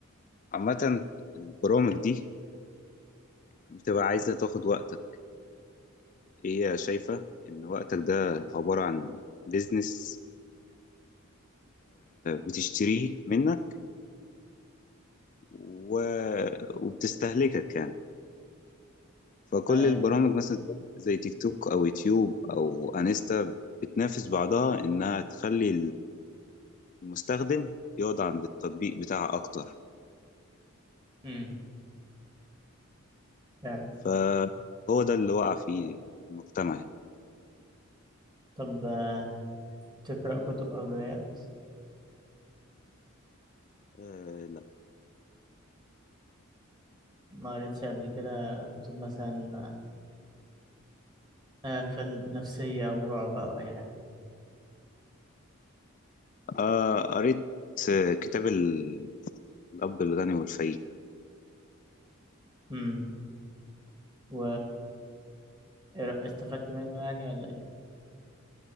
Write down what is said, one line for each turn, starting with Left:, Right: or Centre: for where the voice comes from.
Left: عامة البرامج دي بتبقى عايزة تاخد وقتك هي شايفة إن وقتك ده عبارة عن بيزنس بتشتريه منك و... وبتستهلكك يعني فكل
Right: آه
Left: البرامج مثلا زي تيك توك أو يوتيوب أو أنستا بتنافس بعضها إنها تخلي المستخدم يقعد عند التطبيق بتاعها أكتر
Right: امم فعلا
Left: فهو ده اللي وقع فيه المجتمع يعني
Right: طب آه، تقرأ كتب او روايات
Left: آه، لا
Right: ما قريتش قبل كده كتب مثلا آه فل- نفسية او رعب او اي حاجة
Left: آه، قريت آه، كتاب ال- الأب الغني والفقير
Right: امم و إيه رأ- استفدت منه يعني ولا ايه